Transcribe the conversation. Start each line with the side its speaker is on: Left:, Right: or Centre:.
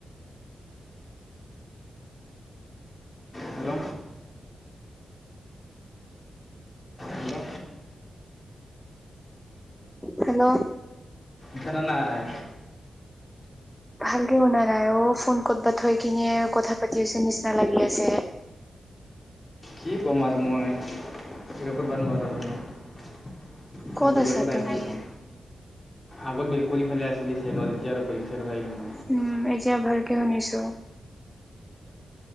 Left: Hello hello
Centre: hello.
Left: খেদা নাই।
Centre: ভালকে শুনা নাই অ', ফোন ক'তবাত থৈ কিনে কথা পাতি আছে নিচিনা লাগি আছে।
Left: কি কম আৰু মই, একো কৰবা নোৱাৰা হলো। মই
Centre: ক'ত
Left: বেলেগত
Centre: আছা
Left: আহিছো
Centre: তুমি?
Left: এতিয়া। আগত বেল কৰি ফালে আছিলি চাইডত এতিয়া আৰু বেলেগ চাইডত আহিলো মই।
Centre: উম এতিয়া ভালকে শুনিছো।